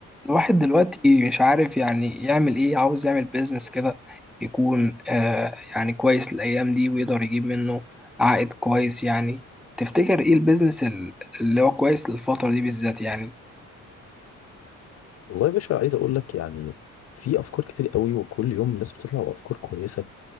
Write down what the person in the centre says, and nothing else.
الواحد دلوقتي مش عارف يعني يعمل ايه عاوز يعمل بيزنس كده يكون آه يعني كويس الايام دي ويقدر يجيب منه عائد كويس يعني تفتكر ايه البيزنس ال- اللي هو كويس للفترة دي بالذات يعني